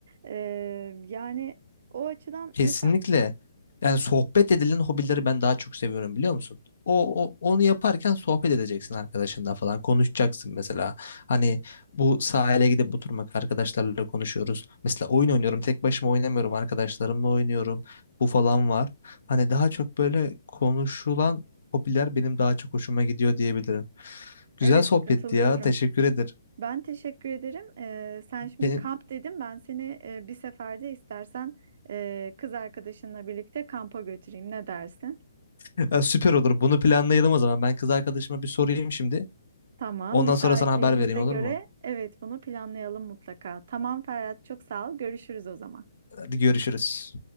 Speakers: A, on the right; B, on the left.
A: Ee, yani o açıdan
B: Kesinlikle.
A: mesela
B: Yani sohbet edilen hobileri ben daha çok seviyorum biliyor musun? O, o- onu yaparken sohbet edeceksin arkadaşınla falan konuşacaksın mesela. Hani bu sahile gidip oturmak arkadaşlarla konuşuyoruz. Mesela oyun oynuyorum tek başıma oynamıyorum arkadaşlarımla oynuyorum. Bu falan var. Hani daha çok böyle konuşulan hobiler benim daha çok hoşuma gidiyor diyebilirim. Güzel
A: evet
B: sohbetti
A: katılıyorum.
B: ya. Teşekkür ederim.
A: Ben teşekkür ederim. Ee, sen şimdi
B: Benim,
A: kamp dedim. Ben seni e, bir seferde istersen e, kız arkadaşınla birlikte kampa götüreyim. Ne dersin?
B: <laughs> süper olur. Bunu planlayalım o zaman. Ben kız arkadaşıma bir sorayım şimdi.
A: Tamam,
B: Ondan
A: müsaitliğinize
B: sonra sana haber vereyim olur
A: göre
B: mu?
A: evet bunu planlayalım mutlaka. Tamam Ferhat, çok sağ ol. Görüşürüz o zaman.
B: Hadi görüşürüz.